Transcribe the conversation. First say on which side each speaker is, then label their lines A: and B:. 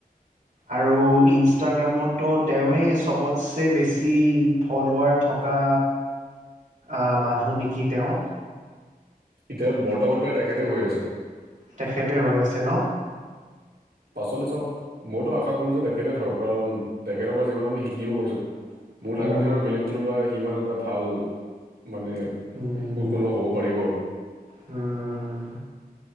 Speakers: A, on the right; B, on the right.
A: আৰু ইনষ্টাগ্ৰামতো তেওঁৱেই চবতছে বেছি ফলৱাৰ থ থকা, আহ মানুহ নেকি তেওঁ?
B: এতিয়া বৰ্তমানতো তেখেতে হৈ আছে।
A: তেখেতে হৈ আছে ন?
B: পাচলৈ চাও মইতো আশা কৰো যে তেখেতে থাকক কাৰণ তেখেতৰ পৰা যিমান আমি শিকিব পাইছো। মোৰ
A: উম
B: লগা নাই আৰু বেলেগ কোনোবা সিমান এটা ভাল মানে
A: উম
B: শো'কোনো হ'ব পাৰিব আৰু।
A: উম।